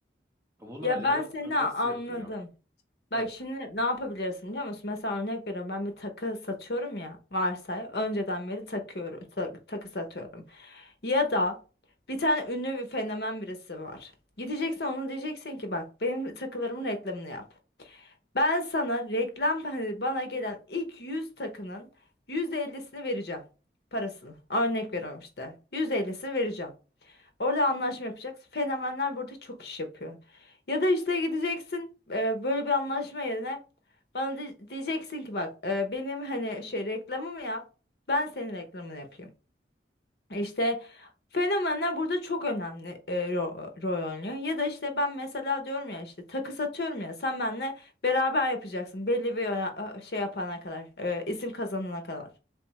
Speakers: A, on the right (about 15°); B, on the left (about 65°).
A: Bunu
B: Ya
A: acaba
B: ben seni
A: nasıl
B: a- anladım.
A: yapacağım?
B: Bak
A: Heh.
B: şimdi ne yapabilirsin biliyor musun? Mesela örnek veriyorum ben bir takı satıyorum ya varsay. Önceden beri takıyorum. ta- takı satıyorum. Ya da bir tane ünlü bir fenomen birisi var. Gideceksin ona diyeceksin ki bak benim takılarımın reklamını yap. Ben sana reklam hani bana gelen ilk 100 takının %50'sini vereceğim. Parasını. Örnek veriyorum işte. %50'sini vereceğim. Orada anlaşma yapacaksın. Fenomenler burada çok iş yapıyor. Ya da işte gideceksin e, böyle bir anlaşma yerine bana di- diyeceksin ki bak e, benim hani şey reklamımı yap. Ben senin reklamını yapayım. İşte fenomenler burada çok önemli e, ro- rol oynuyor. Ya da işte ben mesela diyorum ya işte takı satıyorum ya sen benimle beraber yapacaksın belli bir ö- ö- şey yapana kadar e, isim kazanana kadar.